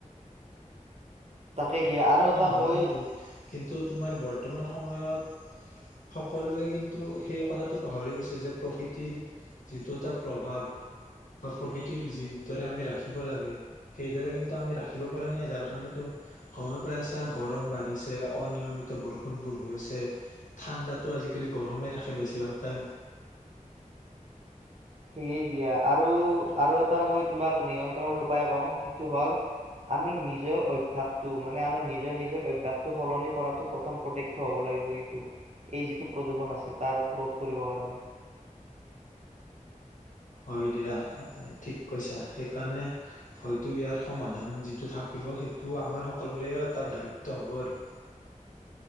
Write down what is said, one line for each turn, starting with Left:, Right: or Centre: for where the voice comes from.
Right: তাকেই দিয়া আৰু এটা
Left: নহয়
Right: মই
Left: কিন্তু, কিন্তু তোমাৰ বৰ্ত বৰ্তমান সময়ত সকলোৱে কিন্তু সেই কথাটো পাহৰি গৈছে যে প্ৰকৃতিৰ যিটো এটা প্ৰভাৱ, বা প্ৰকৃতিক যিদৰে আমি ৰাখিব লাগে, সেইদৰে কিন্তু আমি ৰাখিব পৰা নাই যাৰ কাৰণেতো গে চপাই চাহ গৰম বাঢ়িছে। অনিয়মিত বৰষুণবোৰ হৈছে। ঠাণ্ডাতো আজিকালি গৰমেই থাকে বেছিভাগ টাইম
Right: সেয়ে দিয়া আৰু আৰু এটা মই তোমাক নিয়ন্ত্ৰণ উপায় কওঁ, সেইটো হ'ল আমি নিজৰ অভ্যাসটো মানে আমাৰ নিজৰ নিজৰ অভ্যাসটো সলনি কৰাটো প্ৰথম প্ৰতক্ষ্য হব লাগিব কিন্তু, এই যিটো প্ৰদূৰ্ষণ আছে তাৰ ৰধ কৰিব কাৰণে
Left: হয় দিয়া ঠিক কৈছা সেইকাৰণে হয়তো ইয়াৰ সমাধান যিটো থাকিব সেইটো আমাৰ সকলোৰে তটা দায়িত্ব হ'ব আৰু।